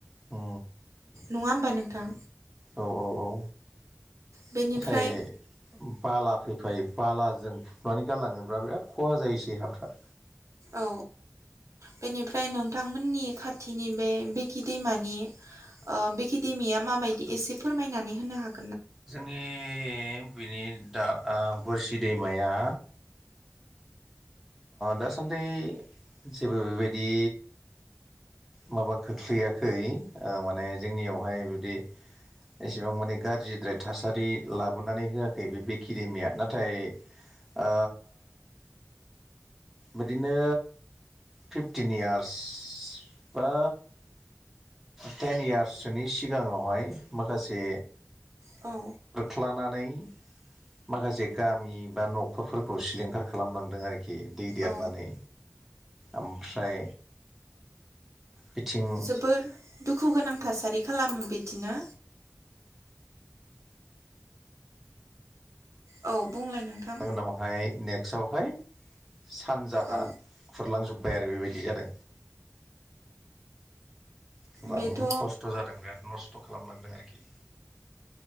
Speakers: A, in the centre; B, on the right.
A: अ
B: नङा होमबा नोंथां?
A: औ औ औ
B: बेनिफ्राय
A: नाथाय बाला फैफायो बालाजों फबनानै गारलाङोब्रा बिराद खहा जायोसै हाफ्रा।
B: औ बेनिफ्राय नोंथांमोननि खाथिनि बे बेकि दैमानि ओ बेकि दैमिया माबायदि एसे फोरमायनानै होनो हागोनना?
A: जोंनि बिनि दा बोरसि दैमाया दासान्दि जेबो बेबायदि माबा खोख्लैयाखै ओ माने जोंनियावहाय बिदि एसेबां माने गाज्रिद्राय थासारि लाबोनानै होयाखै बेकि बेकि दैमाया नाथाय ओ बिदिनो फिफटिन इयार्स बा टेन इयार्ससोनि सिगाङावहाय माखासे
B: औ
A: लानानै माखासे गामि बा न'खरफोरखौ सिलिंखार खालामलांदों आरोखि खि दै देरनानै
B: औ
A: ओमफ्राय बिथिं
B: जोबोर दुखु गोनां थासारि खालामो बिदिनो औ बुंलाय नोंथां
A: उनावहाय नेक्स्टआवहाय सानजाहा
B: औ
A: खुरलांजोब बाय आरो बेबायदि जादों। गोबां
B: बेथ'
A: खस्थ' जादों बिराद नस्थ' खालामलांदों आरोखि।